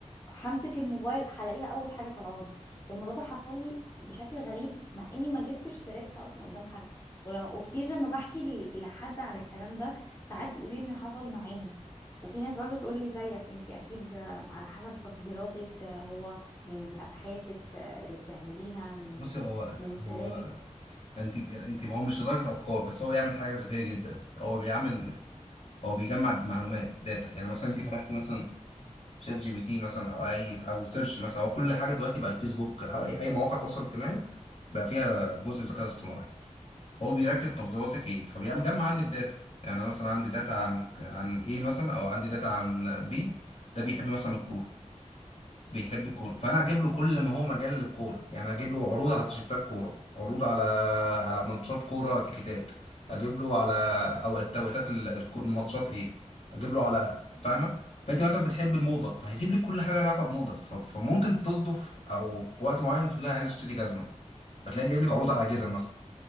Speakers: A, on the left; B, on the left.
A: همسك الموبايل هلاقيها اول حاجه طالعه لي الموضوع ده حصل لي بشكل غريب مع اني ما جبتش سيرتها اصلا قدام حد ولو وكتير لما بحكي ل- لحد على الكلام ده ساعات يقولي ان حصل معاهم وفي ناس برضو تقول لي زيك انت اكيد آه، على حسب تفضيلاتك آه، هو من ابحاثك آه، اللي بتعمليها من
B: بصي هو
A: من كلامك
B: هو انت ك- انت هو مش لدرجه افكار بس هو بيعمل حاجه ذكيه جدا هو بيعمل هو بيجمع معلومات داتا يعني مثلا انت فتحتي مثلا شات جي بي تي مثلا او اي او سيرش مثلا او كل حاجه دلوقتي بقى الفيسبوك او اي اي مواقع تواصل اجتماعي بقى فيها جزء ذكاء اصطناعي هو بيركز تفضيلاتك ايه فبيعمل جمع عنك داتا يعني انا مثلا عندي داتا عن عن ايه مثلا او عندي داتا عن بي ده بيحب مثلا الكوره بيحب الكوره فانا اجيب له كل ما هو مجال للكوره يعني اجيب له عروض على تيشيرتات كوره عروض على على ماتشات كوره تيكيتات اجيب له على او توقيتات ال- الك- الماتشات ايه اجيب له على فاهمه
A: مم.
B: فانت مثلا بتحب الموضه فهيجيب لك كل حاجه لها علاقه بموضه ف- فممكن تصدف او في وقت معين تقول لي عايز اشتري جزمه فتلاقي جايب لك عروض على جزم مثلا